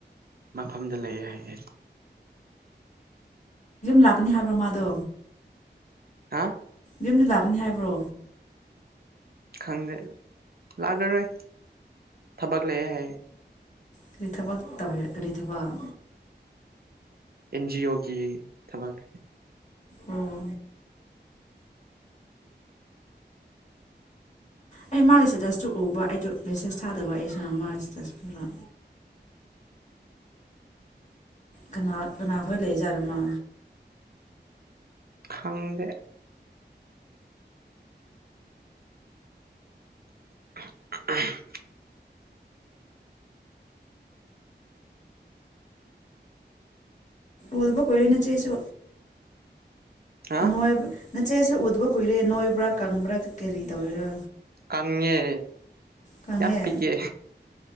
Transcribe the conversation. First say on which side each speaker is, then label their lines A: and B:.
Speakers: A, on the right; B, on the left.
A: ꯃꯐꯝꯗ ꯂꯩ ꯍꯥꯏꯌꯦ
B: ꯂꯥꯛꯒꯅꯤ ꯍꯥꯏꯕ꯭ꯔꯥ ꯃꯥꯗꯣ
A: ꯍꯥ
B: ꯌꯨꯝꯗ ꯂꯥꯛꯀꯅꯤ ꯍꯥꯏꯕ꯭ꯔꯣ
A: ꯈꯪꯗꯦ ꯂꯥꯛꯑꯔꯣꯏ ꯊꯕꯛ ꯂꯩꯌꯦ ꯍꯥꯏꯌꯦ
B: ꯀꯔꯤ ꯊꯕꯛ ꯇꯧ ꯀꯔꯤ ꯊꯕꯛ
A: ꯑꯦꯟ ꯖꯤ ꯑꯣꯒꯤ ꯊꯕꯛ
B: ꯑꯣ ꯑꯩ ꯃꯥꯒꯤ ꯏꯁꯇꯦꯇꯁꯇꯨ ꯎꯕ ꯑꯩꯗꯣ ꯃꯦꯁꯦꯖ ꯊꯥꯗꯕ ꯑꯩꯁꯤ ꯃꯥꯒꯤ ꯏꯁꯇꯦꯇꯁ ꯄꯨꯔ ꯀꯅꯥ ꯀꯅꯥꯈꯣꯏ ꯂꯩꯖꯥꯠꯅꯣ ꯃꯥ
A: ꯈꯪꯗꯦ <inaudible>
B: ꯎꯗꯕ ꯀꯨꯏꯔꯦ ꯅꯆꯦꯁꯨ
A: ꯍꯥ
B: ꯃꯣꯏꯕꯨꯗꯤ- ꯅꯆꯦꯁꯨ ꯎꯗꯕ ꯀꯨꯏꯔꯦ ꯅꯣꯏꯕ꯭ꯔꯥ ꯀꯪꯕ꯭ꯔꯥ ꯀꯔꯤ ꯇꯧꯔꯤꯔꯥ
A: ꯀꯪꯉꯦ
B: ꯀꯪꯉꯦ
A: ꯌꯥꯝ ꯄꯤꯛꯑꯦ